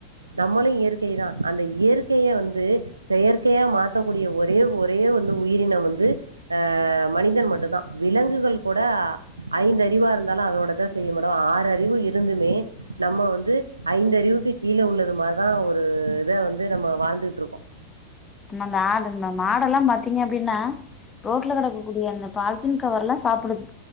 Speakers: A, on the right; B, on the left.
A: நம்மளு இயற்கை தா அந்த இயற்கைய வந்து செயற்கையா மாத்தக்கூடிய ஒரே ஒரே வந்து உயிரினம் வந்து அஹ் மனிதன் மட்டுந்தா விலங்குகள் கூட ஐந்தறிவா இருந்தாலு அதோடத செய்ய மோடம் ஆறு அறிவு இருந்துமே நம்ம வந்து ஐந்த அறிவுக்கு கீழே உள்ளது மாரிதான் ஒரு இத வந்து நம்ம வாழ்ந்துகிட்டு இருக்கோம்
B: நம்ம அந்த ஆடு மாடுல்லாம் பாத்தீங்க அப்படின்னா ரோட்ல கிடக்கக்கூடிய அந்த பாலத்தீன் கவர் எல்லாம் சாப்பிடுது